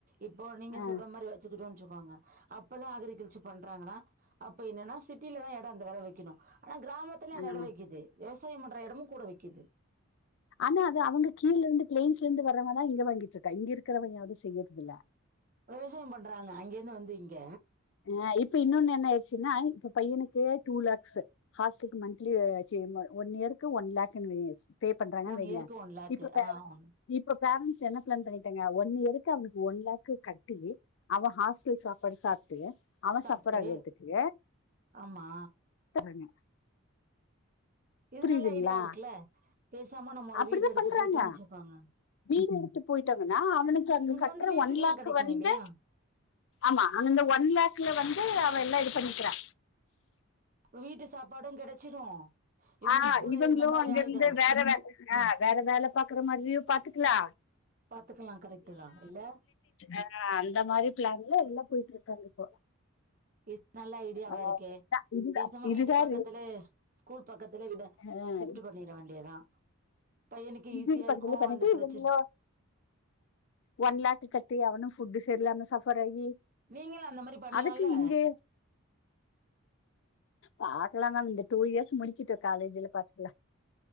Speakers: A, on the right (about 40°); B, on the left (about 55°).
A: இப்போ நீங்க
B: ஆஹ்
A: சொல்ற மாரி வச்சிக்கிட்டோன் வச்சிக்கோங்க அப்பல்லா அகிரிகல்ச்சர் பண்றாங்கனா அப்ப என்னன்னா சிட்டில தா எடோ அந்த வெல விக்கணு ஆனா கிராமத் துல அந்த
B: ஆஹ்
A: எடோ விக்கிது விவசாய பண்ற எடமு கூட விக்கிது
B: ஆனா அது அவுங்க கீழர்ந்து ப்ளையன்ஸ்லர்ந்து வரவங்கதா இங்க வாங்கிட்ருக்கா இங்க இருக்கறவ யாரு செய்யற்தில்ல
A: விவசாயோ பண்றாங்க அங்கேர்ந்து வந்து இங்க
B: ஆ இப்ப இன்னோன்னு என்னாய்ருச்சுன்னா இப்ப பையனுக்கே டூ லேக்ஸ்சு ஹாஸ்டல்க்கு மன்த்லி சீ ம ஒன் இயர்க்கு ஒன் லேக் இந்த மார் பே பண்றாங்கன்
A: ஒன்
B: வெய்ங்க
A: இயருக்கு ஒன் லேக்
B: இப்ப பேர
A: ஆ ஒன்
B: இப்ப பேரண்ட்ஸ் என்ன பிளான் பண்ணீட்டாங்க ஒன் இயருக்கு அவனுக்கு ஒன் லேக்கு கட்டி அவ ஹாஸ்டல் சாப்பாடு சாப்ட்டு அவ
A: சாப்ட்டு
B: சப்பர் ஆகற்த்துக்கு
A: ஆமா
B: <unintelligible>
A: இது
B: புரிதுங்ளா
A: நல்ல ஐடியா இருக்குல்ல பேசாம நம்ம ஒரு
B: அப்பிடிதா
A: வீடு எடுத்து
B: பண்றாங்க
A: போயிட்டோன்னு வச்சுக்கோங்க
B: வீடு எடுத்து போய்ட்டாங்கன்னா அவனுக்கு அங்க கட்ற
A: வந்து லீஸுக்கெல்லாம்
B: ஒன் லேக்கு
A: கெடைக்கு
B: வந்து
A: இல்லையா
B: ஆமா அங்க அந்த ஒன் லக்ல வந்து அவ எல்லா இது பண்ணிக்கிறா
A: வீட்டு சாப்பாடு கெடச்சிரு இவங்களு
B: அ
A: கூட
B: இவங்களு
A: இருந்த மாரி
B: அங்க
A: ஆயிடு
B: இருந்து வேற வேல அ வேற வேல பாக்குற மாரியு பாத்துக்கலா
A: பாத்துக்கலா கரெக்டு தா இல்ல
B: அ அந்த மாரி ப்ளன்ல உள்ள போய்ட்டு இருக்காங்க இப்போ
A: இது நல்ல ஐடியாவா
B: ஆஹ்
A: இருக்கே
B: இதுதான் இதுதான்
A: பேசாம
B: இதுதான்
A: வீடு பக்கத்துலே ஸ்கூல் பக்கத்துலே வீட
B: ஆஹ்
A: ஷிப்ட்டு பண்ணிர வேண்டியதா பையனுக்கு ஈஸியா
B: வீடு பக்கத்துல
A: இருக்கு
B: பண்ணிட்டு
A: அந்த பிரச்சன
B: இவங்களும் ஒன் லக் கட்டி அவனு ஃபுட் சரியில்லாம சஃபர் ஆகி
A: நீங்களு அந்த மாரி பண்லால்ல
B: அதுக்கு இங்கே பாக்கலா மம் இந்த டூ இயர்ஸ் முடிக்கிட்டு காலேஜ்ல பாத்துக்கலா